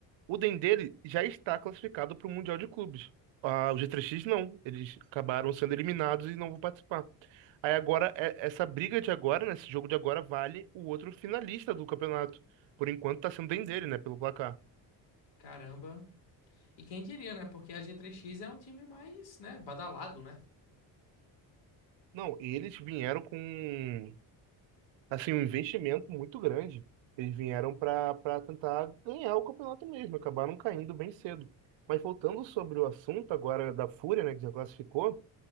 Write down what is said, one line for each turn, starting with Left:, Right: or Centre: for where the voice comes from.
Right: o Dendele já está classificado para o Mundial de Clubes. Ah, o G3X não. Eles acabaram sendo eliminados e não vão participar. Aí agora, é- essa briga de agora, né, esse jogo de agora, vale o outro finalista do campeonato. Por enquanto está sendo o Dendele, né, pelo placar.
Left: Caramba. E quem diria, né? Porque a G3X é um time mais, né, badalado, né?
Right: Não, eles vieram com, assim, um investimento muito grande. Eles vieram para para tentar ganhar o campeonato mesmo. Acabaram caindo bem cedo. Mas voltando sobre o assunto agora da Fúria, né, que já classificou.